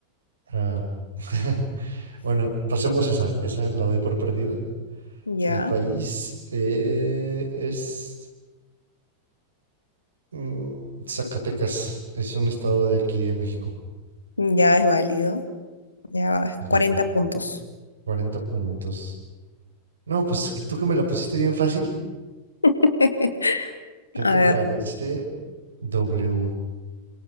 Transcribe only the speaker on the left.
Ya.
Ya es válido. Ya,
40
puntos.
<laughs>
A
ver.